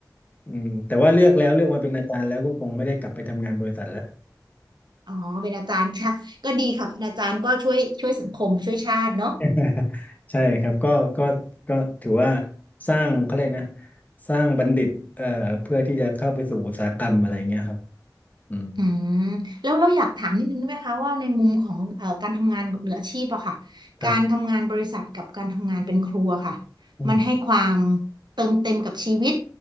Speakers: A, on the left; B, on the right.
A: อืมแต่ว่าเลือกแล้วเลือกมาเป็นอาจารย์แล้วก็คงไม่ได้กลับไปทำงานบริษัทแล้ว
B: อ๋อเป็นอาจารย์ค่ะก็ดีค่ะเป็นอาจารย์ก็ช่วยช่วยสังคมช่วยชาติเนาะ
A: <laughs> ใช่ครับก็ก็ก็ถือว่าสร้างเขาเรียกนะสร้างบัณฑิตเอ่อเพื่อที่จะเข้าไปสู่อุตสาหกรรมอะไรเงี้ยครับอืม
B: อืมแล้วเราอยากถามนิดนึงได้ไหมคะว่าในมุมของเอ่อการทำงานหรืออาชีพอะค่ะ
A: ครับ
B: การทำงานบริษัทกับการทำงานเป็นครัวค่ะ
A: อืม
B: มันให้ความเติมเต็มกับชีวิต